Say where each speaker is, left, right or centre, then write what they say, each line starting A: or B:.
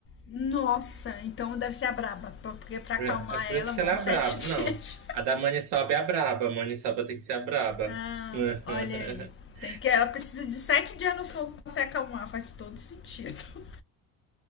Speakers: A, on the left; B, on the right.
A: Nossa, então deve ser a braba, porque pra acalmar
B: É por
A: ela,
B: isso que
A: mano,
B: ela é a
A: sete
B: braba.
A: <laughs> dias.
B: Não. A da Maniçoba é a braba. A Maniçoba tem que ser a braba.
A: Ah,
B: <laughs>
A: olha aí. Tem que, ela precisa de sete dias no fogo pra se acalmar, faz todo sentido.